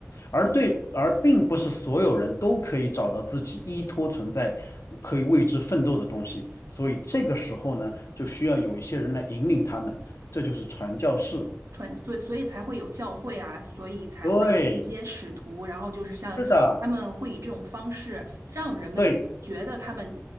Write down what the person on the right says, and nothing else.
嗯。
传，所以所以才会有教会啊，所以才会有一些使徒，
然后就是像他们会以这种方式让人们觉得他们